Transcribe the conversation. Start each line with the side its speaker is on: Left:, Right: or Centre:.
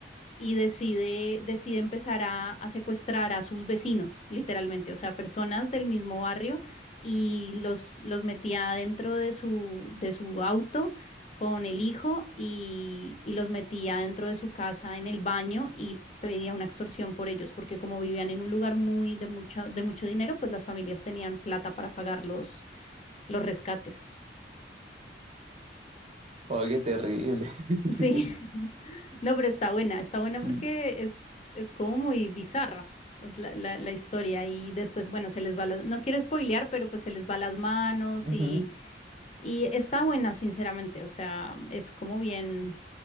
Left: y decide, decide empezar a, a secuestrar a sus vecinos, literalmente, o sea, personas del mismo barrio, y los, los metía dentro de su, de su auto con el hijo y, y los metía dentro de su casa en el baño y pedía una extorsión por ellos, porque como vivían en un lugar muy de mucha, de mucho dinero, pues las familias tenían plata para pagar los, los rescates.
Right: oh, qué terrible. <laughs>
Left: Sí. No, pero está buena, está buena
Right: Sí.
Left: porque es, es como muy bizarra pues, la, la- la historia y después, bueno, se les va las, no quiero spoilear, pero pues se les va las manos
Right: Ujú.
Left: y, y está buena, sinceramente, o sea, es como bien,